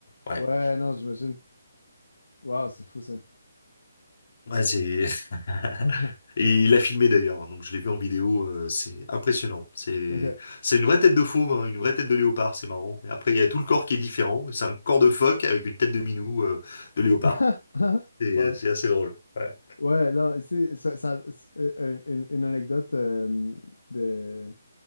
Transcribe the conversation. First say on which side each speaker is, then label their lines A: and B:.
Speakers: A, on the left; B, on the left.
A: ouais,
B: Ouais, non, j'imagine. Waouh, c'est fou ça.
A: ouais, c'est. <laughs>
B: <laughs>
A: Et il a filmé d'ailleurs, hein, donc je l'ai vu en vidéo, euh, c'est impressionnant. C'est
B: Ok.
A: c'est une vraie tête de fauve, hein, une vraie tête de léopard, c'est marrant. Et après, il y a tout le corps qui est différent. C'est un corps de phoque avec une tête de minou, euh, de léopard.
B: <laughs>
A: Et
B: Wow.
A: euh, c'est assez drôle. Ouais.
B: Ouais, là c'est ça, ça- c'est, euh, une, une anecdote euh, de